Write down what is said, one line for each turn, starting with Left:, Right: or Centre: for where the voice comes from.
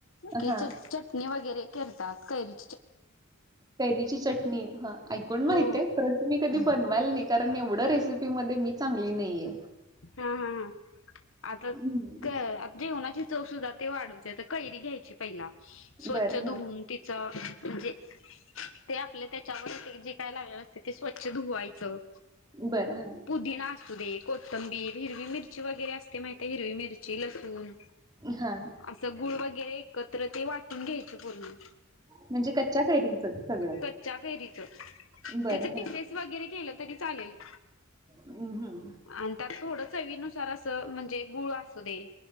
Left: कि
Right: हा
Left: च चटणी वगैरे करतात कैरी
Right: कैरीची चटणी हा ऐकून माहित
Left: हो
Right: आहे परंतु मी कधी बनवायला नाही कारण एवढं रेसिपी मध्ये मी चांगली नाहीये.
Left: हा हा ह आताता
Right: हम्म
Left: जेवणाची चव सुद्धा ते वाढवचे. कैरी घ्यायची पहिला स्वच्छ
Right: बरं
Left: धुऊून
Right: हा
Left: तिच म्हणजे ते आपले त्याच्यावर ते जे काय लागले असते ते स्वच्छ धुवायचं.
Right: बरं हा.
Left: ना असू दे कोथंबीर हिरवी मिरची वगैरे असते माहितय हिरवी मिरची ची लसून.
Right: हा
Left: असं गुळ वगैरे एकत्र ते वाटून घ्यायचे पूर्ण.
Right: म्हणजे कच्च्या सगळं.
Left: कच्च्या कैरीच त्याच
Right: बरं
Left: पिसेस
Right: हा
Left: वगैरे केलं तरी चालेल.
Right: हम हम
Left: आणि त्यात थोडं चवीनुसार असं म्हणजे गुळ असू दे.